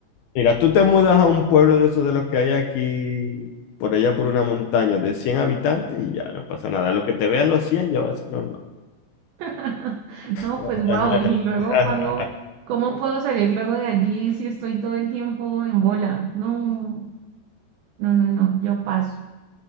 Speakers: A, on the left; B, on the right.
A: Mira, tú te mudas a un pueblo de esos de los que hay aquí, por allá por una montaña de cien habitantes y ya no pasa nada. Lo que te vean los 100 ya va a ser normal.
B: <laughs> No,
A: <laughs>
B: pues wow, y luego cuando, ¿cómo puedo salir luego de allí si estoy todo el tiempo en bola? No, no, no, no, yo paso.